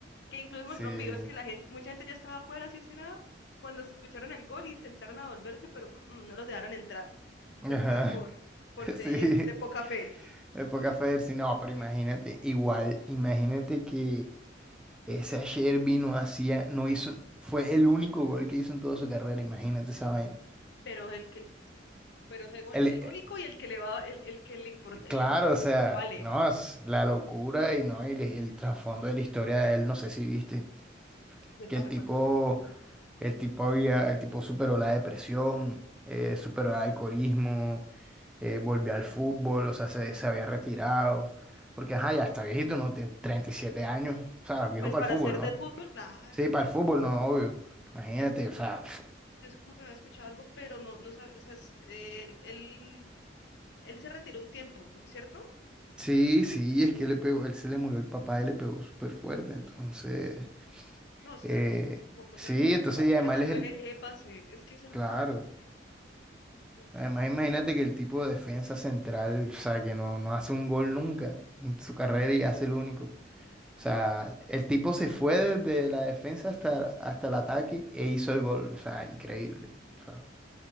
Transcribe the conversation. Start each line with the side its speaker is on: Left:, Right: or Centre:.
Left: Que incluso
Centre: sí,
Left: mostraron videos que la gente, mucha gente ya estaba afuera, así obstinada, cuando se escucharon el gol intentaron a volverse, pero mm, mm, no los dejaron entrar.
Centre: ajá,
Left: Les va por, por
Centre: <laughs>
Left: ser
Centre: sí,
Left: de poca fe.
Centre: época Fersi, no,
Left: Es
Centre: pero
Left: que-
Centre: imagínate, igual, imagínate que ese ayer vino hacía, no hizo, fue el único gol que hizo en toda su carrera, imagínate esa vaina.
Left: Pero el que, pero ese gol,
Centre: El,
Left: el
Centre: eh,
Left: único y el que le va, el, el que le importa,
Centre: claro,
Left: el
Centre: o sea,
Left: que vale.
Centre: no, es la locura y no, y le- el trasfondo de la historia de él, no sé si viste,
Left: Cuéntame,
Centre: que el tipo,
Left: cuéntame.
Centre: el tipo había, el tipo superó la depresión, eh, superó el alcoholismo eh, volvió al fútbol, o sea, se, se había retirado, porque ajá, ya está viejito, no tiene 37 años, o sea, viejo
Left: Pues
Centre: para
Left: para
Centre: el fútbol,
Left: ser
Centre: ¿no?
Left: de fútbol, claro.
Centre: Sí, para el fútbol, no, obvio. Imagínate, o sea,
Left: yo es como que había escuchado algo, pero no, no sabes, o sea, es- él, él, él se retiró un tiempo, ¿cierto?
Centre: sí, sí, es que le pegó, él se le murió el papá y le pegó súper fuerte, entonces,
Left: No, eso
Centre: eh,
Left: era como como cosas,
Centre: sí,
Left: yo creo
Centre: entonces,
Left: que el papá
Centre: y además
Left: le mandó
Centre: él es el,
Left: ese, ese pase, es que esas son
Centre: claro,
Left: cosas que- que-
Centre: además
Left: que-
Centre: imagínate que el tipo de defensa central, o sea, que no, no hace un gol nunca en su carrera y hace el único. O
Left: pero
Centre: sea,
Left: que-
Centre: el tipo se fue desde la defensa hasta, hasta el ataque e hizo el gol. O sea, increíble. O sea,